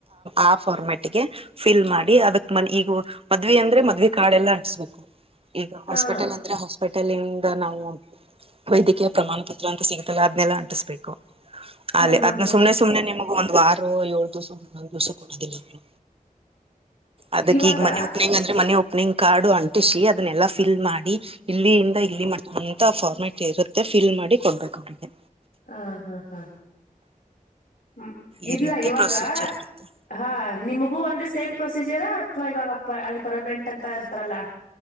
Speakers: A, on the right (about 40°); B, on the left (about 80°).
A: ಆ ಫಾರ್ಮೆಟ್ಗೆ. ಫಿಲ್ ಮಾಡಿ ಅದಕ್ ಮ ಈಗ ಮದ್ವಿವೆ ಅಂದ್ರೆ ಮದ್ವಿ ಕಾಡೆ ಎಲ್ಲಾ ಅಂಟಸ ಬೇಕು. ಈಗ ಹಾಸ್ಪಿಟಲ್
B: ಹಾ
A: ಅಂದ್ರೆ ಹಾಸ್ಪಿಟಲ್ಂದ ನಾವು ವೈದ್ಯಕೀಯ ಪ್ರಮಾಣ ಪತ್ರ ಅಂತ ಸಿಗುತ್ತ. ಅದಲ್ಲ ಅಂಟಿಸಬೇಕು ಅಲ್ಲಿ
B: ಹಾ ಹಾ
A: ಅದ್
B: ಹಾ
A: ಸುಮ್ನೆ
B: ಹಾ
A: ಸುಮ್ನೆ ನಿ. ಒಂದ್ ವಾರು ಏಳು ದಿವ್ಸ ಹನ್ನೊಂದ್ ದಿವ್ಸ ಕೊಡೋದಿಲ್ಲ ಅವರು. ಅದಕ್
B: ಇವಾಗ
A: ಈಗ ಮನೆ ಓಪನಿಂಗ್ ಆದ. ಮನೆ ಓಪನಿಂಗ್ ಕಾರ್ಡು ಅಂಟಿಸಿ ಅದನ್ನೆಲ್ಲಾ ಫಿಲ್ ಮಾಡಿ. ಇಲ್ಲಿಯಂದ ಇಲ್ಲಿ ಮಟ್ಟ ಅಂತ ಫಾರ್ಮ್ಯಾಟ್ ಇರುತ್ತೆ ಫಿಲ್ ಮಾಡಿ ಕೊಡ್ಬೇಕು ಅವ್ರಿಗೆ.
B: ಹ ಹಾ ಹಾ. ಹ್ಮ ಇದಲಾ
A: ಈ ರೀತಿ
B: ಇವಾಗ.
A: ಪ್ರೊಸೀಜರ್ ಇರುತ್ತೆ
B: ಹಾಂ ನಿಮಗೂ ಒಂದು ಸೇಮ್ ಪ್ರೊಸೀಜರಾ ಅಥವಾ ಇವಾಗಪ್ಪ ಅಲ್ಲಿ ಪರ್ಮನೆಂಟ್ ಅಂತ ಇರ್ತಾರಲ್ಲ.